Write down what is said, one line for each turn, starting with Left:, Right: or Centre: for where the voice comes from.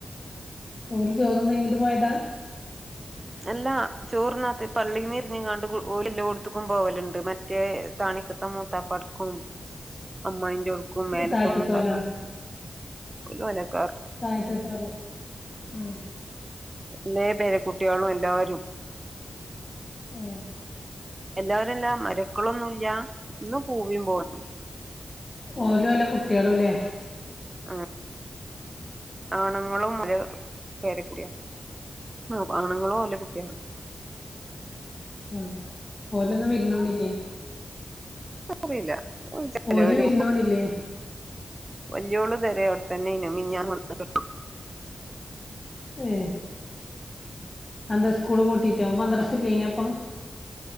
Left: ഓല് ചോറ്ന്നയിഞ്ഞിട്ട് പോയതാ
Right: എല്ലാ ചോറ്ന്നാതെ പള്ളീന്ന്ര്ഞ്ങ്ങാണ്ട് ഓലെല്ലോട്ത്കും പോവല്ണ്ട് മറ്റേ താണിക്കത്തെ മൂത്താപ്പാട്കും അമ്മയിൻ്റോട് കും മേലത്തെ
Left: താഴത്തത്തോലോ
Right: മൂത്താപാക് ഓല് ഓലാട്
Left: തായത്ത്തോലെ മ്മ്
Right: എല്ലേ പേര കുട്ട്യാളും എല്ലാരും
Left: ഏഹ്
Right: എല്ലാരു അല്ല മരക്കളൊന്നുല്ല ഇന്ന് പൂവിം പോവ്
Left: ഓലുഓലെ കുട്ട്യാളുലെ
Right: അങ്ങനെ ആണുങ്ങളും ഓലെ പെരക്കുടിയാണ് ഓപ്പ ആണ്ങ്ങളു ഓന്റെ കുട്ട്യേളും
Left: മ് ഓലൊന്നും വിര്ന്നോണില്ലേ
Right: അറിയില്ല ചിലവര്
Left: ഓല് വിര്ന്നോണില്ലേ
Right: വെല്ല്യോള് പെരേ അവ്ടതെന്നേനു മിഞ്ഞാന്ന് <unintelligible>
Left: ഏഹ് അയന്താ സ്കൂള് പൂട്ടിട്ടോ മദ്രസ്സ് ഇല്ലേനിയപ്പം